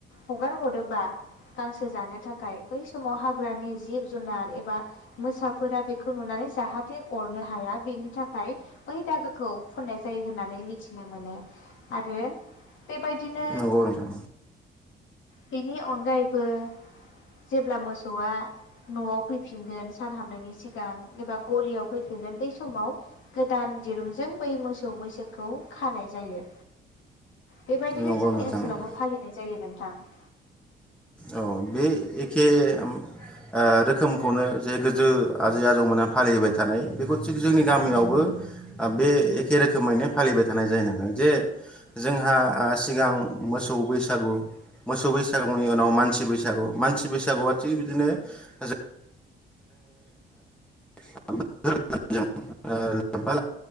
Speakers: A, on the left; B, in the centre.
A: हगार हरोबा गांसो जानो थाखाय बै समाव हाग्रानि जिब जुनार एबा मोसाफोरा बेखौ नुनानै जाहाथे अरनो हाया बेनि थाखाय बै दागोखौ फुननाय जायो होननानै मिथिनो मोनो आरो बेबायदिनो
B: नंगौ नोंथां
A: बेनि अनगायैबो जेब्ला मोसौआ न'आव फैफिनगोन सान हामनायनि सिगां एबा गलियाव फैफिनगोन बै समाव गोदान दिरुंजों बै मोसौ मैसोखौ खानाय जायो बेबायदिनो
B: नंगौ
A: जोंनि
B: नोंथां
A: ओनसोलावबो फालिनाय जायोमोन थां
B: औ बे एखे आ रोखोमखौनो जे गोजौ आजै आजौमोनहा फालिबाय थानाय बेखौ थिग जोंनि गामियावबो बे एखे रोखोमैनो फालिबाय थानाय जायो। जे जोंहा आ सिगां मोसौ बैसागु मोसौ बैसागु नि उनाव मानसि बैसागु मानसि बैसागुआ थिग बिदिनो जो <inaudible>